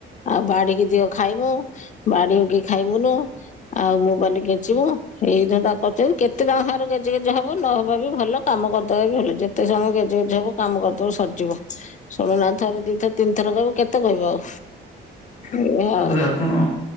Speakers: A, on the left; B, on the left.
A: ଆଉ ବାଢିକି ଦିଅ ଖାଇମୁ ବାଢିକି ଖାଇମୁନୁ। ଆଉ ମୋବାଇଲ କେଞ୍ଚିମୁ ଏଇ ଧନ୍ଦା କରୁଛନ୍ତି କେତେ ତାଙ୍କ ସାଙ୍ଗରେ ଗେଜେ ଗେଜେ ହବୁ ନ ହବା ବି ଭଲ। କାମ କରିଦବା ଭଲ ଯେତେ ସମୟ ଗେଜେ ଗେଜେ ହବୁ କାମ କରିଦବୁ ସରିଯିବ। ଶୁଣୁନାହାନ୍ତି ଥରେ ଦି ଥର ତିନି ଥର କହିବୁ କେତେ କହିବୁ ଆଉ? ଏଇଆ
B: ୟା
A: ଆଉ
B: ଦ୍ୱାରା ଆପଣ